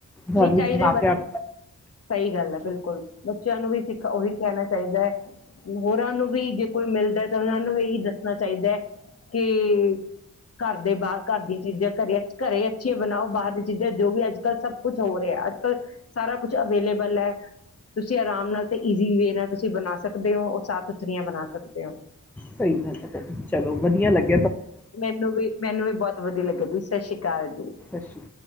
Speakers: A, in the centre; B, on the left.
A: ਘਰ
B: ਨਹੀਂ
A: ਵਿੱਚ
B: ਚਾਹੀਦਾ
A: ਬਣਾ
B: ਬ
A: ਕੇ ਆਪ
B: ਸਹੀ ਗੱਲ ਹੈ। ਬਿਲਕੁਲ ਬੱਚਿਆਂ ਨੂੰ ਵੀ ਸਿੱਖ ਉਹੀ ਕਹਿਣਾ ਚਾਹੀਦਾ ਐ। ਹੋਰਾਂ ਨੂੰ ਵੀ ਜੇ ਕੋਈ ਮਿਲਦੈ ਤਾਂ ਉਹਨਾਂ ਨੂੰ ਇਹੀ ਦੱਸਣਾ ਚਾਹੀਦਾ ਹੈ। ਕਿ ਘਰ ਦੇ ਬਾਹਰ ਘਰ ਦੀਆਂ ਚੀਜ਼ਾਂ ਘਰੀਆਂ ਅੱਛੀਆਂ ਬਣਾਓ ਬਾਹਰ ਦੀ ਚੀਜ਼ਾਂ ਜੋ ਵੀ ਅੱਜ ਕੱਲ੍ਹ ਸਭ ਕੁੱਛ ਹੋ ਰਿਹਾ। ਅੱਜ ਕੱਲ੍ਹ ਸਾਰਾ ਸਬ ਕੁਛ ਅਵੇਲੇਬਲ ਐ ਤੁਸੀਂ ਆਰਾਮ ਨਾਲ ਈਜ਼ੀ ਵੇ ਨਾਲ ਤੁਸੀਂ ਬਣਾ ਸਕਦੇ ਹੋ ਉਹ ਸਾਥ ਪਥਰੀਆਂ ਬਣਾ ਸਕਦੇ ਹੋ।
A: ਸਹੀ ਗੱਲ ਹੈ ਚਲੋ ਵਧੀਆ ਲੱਗ
B: ਮੈਨੂੰ ਵੀ ਮੈਨੂੰ ਵੀ ਬਹੁਤ ਵਧੀਆ ਲੱਗਿਆ ਜੀ। ਸਤਿ ਸ੍ਰੀ ਅਕਾਲ ਜੀ।
A: ਸਤਿ ਸ਼੍ਰੀ ਅਕਾਲ